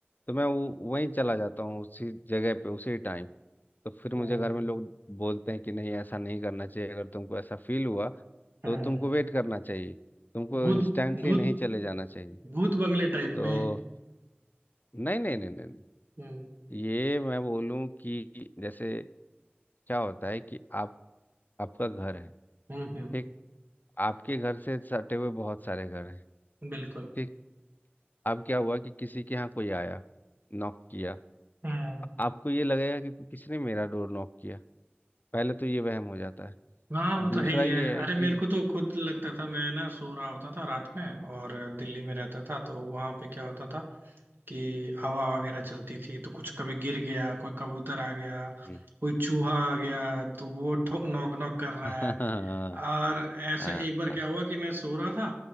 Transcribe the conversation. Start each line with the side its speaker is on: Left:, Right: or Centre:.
Left: तो मैं वो वहीं चला जाता हूँ उसी जगह पे उसी टाइम तो फिर मुझे
Right: हम्म
Left: घर में लोग बोलते हैं कि नहीं ऐसा नहीं करना चाहिए अगर तुमको ऐसा फील हुआ
Right: हम्म
Left: तो तुमको वेट करना चाहिए तुमको
Right: भूत
Left: इंस्टेंटली
Right: भूत
Left: नहीं चले जाना चाहिए
Right: भूत बंगले टाइप
Left: तो
Right: में
Left: नहीं नहीं नहीं नहीं नहीं।
Right: हम्म
Left: ये मैं बोलूं कि जैसे क्या होता है कि आप आपका घर है
Right: हम्म हम्म,
Left: ठीक आपके घर से सटे हुए बहुत सारे घर हैं
Right: बिल्कुल
Left: ठीक अब क्या हुआ कि किसी के यहाँ कोई आया नॉक किया
Right: हम्म
Left: आपको ये लगेगा कि किसी ने मेरा डोर नॉक किया पहले तो ये वहम हो जाता है
Right: हाँ वो तो
Left: दूसरा
Right: है ही
Left: ये
Right: है
Left: है
Right: अरे
Left: कि
Right: मेरे को तो खुद लगता था मैं ना सो रहा होता था रात में और दिल्ली में रहता था तो वहां पे क्या होता था कि हवा वगैरह चलती थी तो कुछ कभी गिर गया कोई कबूतर आ गया
Left: हम्म।
Right: कोई चूहा आ गया तो वो ठो नॉक नॉक कर रहा
Left: <laughs>
Right: है और
Left: हाँ
Right: ऐसा
Left: हाँ
Right: एक बार
Left: हाँ
Right: क्या हुआ कि मैं सो रहा था